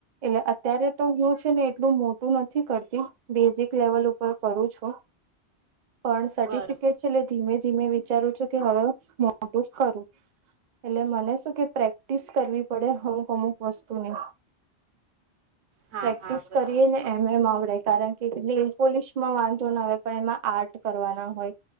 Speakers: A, on the right (about 50°); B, on the right (about 75°).
A: એટલે અત્યારે તો હું છે ને એટલું મોટું નથી કરતી બેઝિક લેવલ ઉપર કરું છું પણ સર્ટિફિકેટ
B: બરોબર
A: છેલ્લે ધીમે ધીમે વિચારું છું કે હવે મોટું ખરું એટલે મને કે પ્રેક્ટિસ કરવી પડે અમુક અમુક વસ્તુને
B: હા
A: પ્રેક્ટિસ
B: હા બરોબર
A: કરી ને
B: છે
A: એમ એમ આવડે કારણ કે ેલ પોલિશમાં વાંધો ના આવે પણ એમાં આર્ટ કરવાના હોય